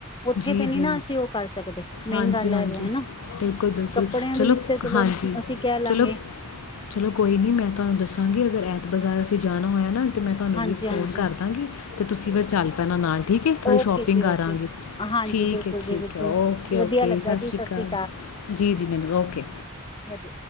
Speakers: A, on the left; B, on the left.
A: ਉੱਥੇ
B: ਜੀ
A: ਤੇ ਨੀ
B: ਜੀ
A: ਨਾ ਅਸੀਂ ਉਹ ਕਰ ਸਕਦੇ ਮੇਨ
B: ਹਾਂਜੀ
A: ਗੱਲ
B: ਹਾਂਜੀ
A: ਐਵੇ ਹਨਾ।
B: ਬਿਲਕੁਲ ਬਿਲਕੁਲ,
A: ਕੱਪੜਿਆਂ
B: ਚਲੋ
A: ਦੇ ਵਿੱਚ ਤੇ
B: ਹਾਂਜੀ
A: ਅਸੀਂ ਕਹਿ ਲਾਂਗੇ
B: ਚਲੋ ਚਲੋ ਕੋਈ ਨਹੀਂ ਮੈਂ ਤੁਹਾਨੂੰ ਦੱਸਾਂਗੀ, ਅਗਰ ਐ ਬਾਜ਼ਾਰ ਅਸੀਂ ਜਾਣਾ ਹੋਇਆ ਨਾ ਅਤੇ ਮੈਂ ਤੁਹਾਨੂੰ
A: ਹਾਂਜੀ-ਹਾਂਜੀ।
B: ਵੀ ਫ਼ੋਨ ਕਰ ਦਾਂਗੀ ਅਤੇ ਤੁਸੀਂ ਫਿਰ ਚੱਲ ਪੈਣਾ ਨਾਲ ਠੀਕ ਹੈ, ਥੋੜ੍ਹੀ
A: ਓਕੇ
B: ਸ਼ੋਪਿੰਗ
A: ਜੀ
B: ਕਰਾਂਗੇ।
A: ਓਕੇ ਹਾਂਜੀ
B: ਠੀਕ
A: ਬਿਲਕੁਲ
B: ਹੈ ਠੀਕ
A: ਜੀ ਬਿਲਕੁਲ
B: ਹੈ ਓਕੇ
A: ਵਧੀਆ
B: ਓਕੇ
A: ਲੱਗਾ
B: ਸਤਿ ਸ਼੍ਰੀ
A: ਜੀ
B: ਅਕਾਲ
A: ਸ੍ਰੀ
B: ਜੀ, ਜੀ ਮੈਨੂੰ ਓਕੇ।
A: ਵਧੀਆ